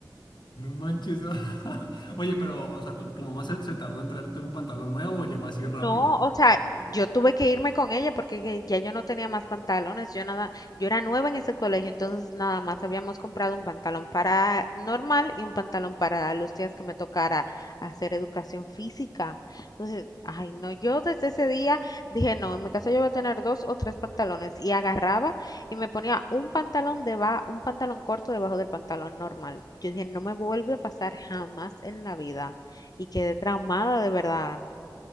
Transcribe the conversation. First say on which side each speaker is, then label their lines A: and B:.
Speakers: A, on the left (about 80°); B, on the left (about 60°).
A: No manches. <laughs> Oye, pero, o sea, ¿tu, tu mamá se, se tardó en traerte un pantalón nuevo o llegó así rápido?
B: No, o sea, yo tuve que irme con ella porque que ya yo no tenía más pantalones, yo nada, yo era nueva en ese colegio, entonces nada más habíamos comprado un pantalón para normal y un pantalón para los días que me tocara hacer educación física. Entonces, ay, no, yo desde ese día dije, no, en mi casa yo voy a tener dos o tres pantalones y agarraba y me ponía un pantalón deba, un pantalón corto debajo del pantalón normal. Yo dije, no me vuelve a pasar jamás en la vida y quedé traumada de verdad.